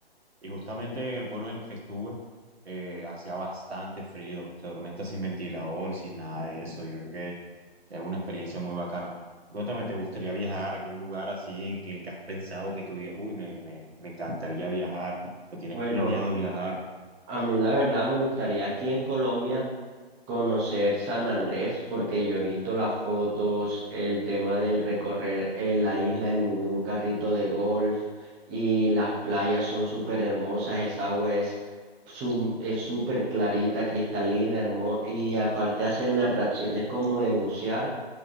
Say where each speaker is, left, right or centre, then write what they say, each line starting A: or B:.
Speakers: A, on the right (about 75°); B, on the right (about 15°).
A: Y justamente en el pueblo en el que estuve, eh, hacía bastante frío, se dormía hasta sin ventilador, sin nada de eso. Yo creo que es una experiencia muy bacana. Cuéntame, ¿te gustaría viajar a algún lugar así en que, el que has pensado que tú digas, uy, me, me, me encantaría viajar o tienes
B: Bueno,
A: planeado viajar?
B: a mí la verdad me gustaría aquí en Colombia. conocer San Andrés porque yo he visto las fotos, el tema del recorrer eh, la isla en un carrito de golf y las playas son súper hermosas, esa agua es sum- es súper clarita, cristalina, hermosa y aparte hacen atracciones como de bucear